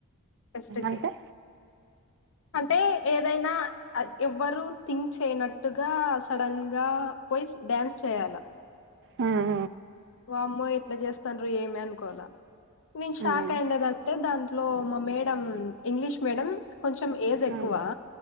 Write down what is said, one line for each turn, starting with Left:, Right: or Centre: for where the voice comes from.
Left: ఫస్ట్ కి
Right: అంటే
Left: అంటే ఏదైనా ఎవ్వరు థింక్ చేయనట్టుగా సడన్ గా పోయి డ్యాన్స్ చేయాలా
Right: మ్మ్.
Left: వామ్మో ఎట్లచేస్తాండ్రి ఏమి అనుకోవాలా నేను షాక్
Right: మ్మ్.
Left: అయ్యిందేది అంటే దాన్ ట్లో మా మేడం ఇంగ్లీష్ మేడం కొంచెం ఏజ్
Right: మ్మ్.
Left: ఎక్కువ